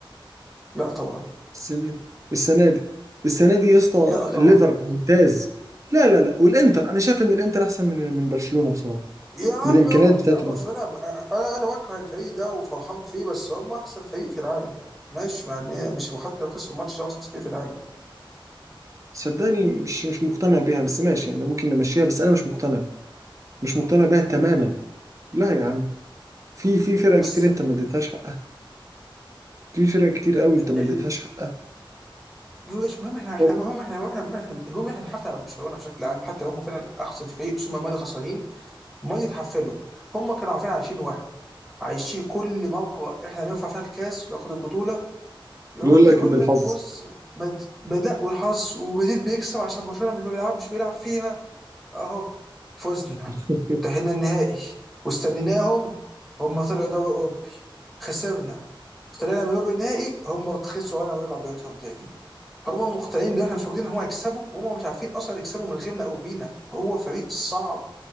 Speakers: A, in the centre; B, on the right.
A: لا طبعا
B: السنه دي السنه دي السنه دي يا اسطى
A: لا طبعا
B: الليفر ممتاز لا لا لا والانتر انا شايف ان الانتر احسن من من برشلونه بصراحه
A: يا عم
B: بالامكانيات
A: اقعد
B: بتاعت
A: يا عم برشلونه انا انا بكره الفريق ده وفرحان فيه بس هم احسن فريق في العالم ماشي يعني مش وحتى لو خسروا الماتش ده هو احسن فريق في العالم
B: صدقني مش مش مقتنع بيها بس ماشي يعني ممكن نمشيها بس انا مش مقتنع مش مقتنع بيها تماما لا يا عم في في فرق
A: بس
B: كتير انت ما اديتهاش حقها في فرق كتير قوي انت ما
A: ال...
B: اديتهاش حقها
A: مش مهم احنا احنا
B: أو
A: المهم احنا المهم احنا المهم احنا بنحافظ على برشلونه بشكل عام حتى لو هم فعلا اقصى فريق بس هم الماضي خسرانين ما يتحفلوا هم كانوا عارفين عايشين وهم عايشين كل مره احنا نرفع فيها الكاس وياخد البطوله يقعد
B: يقول لك
A: يقول
B: بالحظ
A: لك بص مد... بدأ والحظ ومدريد بيكسب عشان برشلونه مش بيلعب مش بيلعب فيها اهو فزنا
B: <laughs>
A: تأهلنا النهائي واستنيناهم هم طلعوا دوري اوروبي خسرنا طلعنا من ربع النهائي هم خسروا وانا رجعوا بيوتهم تاني هم مقتنعين ان احنا مش موجودين هم هيكسبوا وهم مش عارفين اصلا يكسبوا من غيرنا او بينا هو فريق صعب